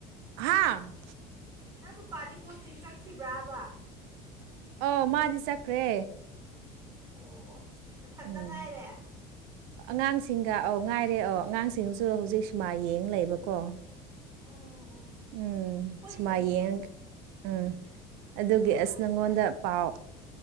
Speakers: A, on the right; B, on the right.
A: ꯍꯥ
B: ꯅꯪ ꯅꯨꯄꯥꯗꯤ ꯄꯣꯁꯇꯤꯡ ꯆꯠꯈꯤꯕ꯭ꯔꯥꯕ
A: ꯑ ꯃꯥꯗꯤ ꯆꯠꯈ꯭ꯔꯦ
B: ꯑꯣ ꯃꯊꯟꯇ
A: ꯎꯝ
B: ꯉꯥꯏꯔꯦ
A: ꯑꯉꯥꯡꯁꯤꯡꯒ ꯑꯧ ꯉꯥꯏꯔꯦ ꯑꯧ ꯑꯉꯥꯡꯁꯤꯡꯁꯨ ꯍꯧꯖꯤꯛ ꯁꯨꯃꯥꯏ ꯌꯦꯡ ꯂꯩꯕꯀꯣ
B: ꯎꯝ ꯎꯝ
A: ꯎꯝ
B: ꯑꯩꯈꯣꯏꯁꯨꯅꯤꯅꯦ
A: ꯁꯤꯃꯥꯏ ꯌꯦꯡ ꯎꯝ
B: ꯁꯤꯅꯦꯃꯥ
A: ꯑꯗꯨꯒꯤ ꯑꯁ ꯅꯪꯉꯣꯟꯗ
B: ꯑꯁꯤꯗ
A: ꯄꯥꯎ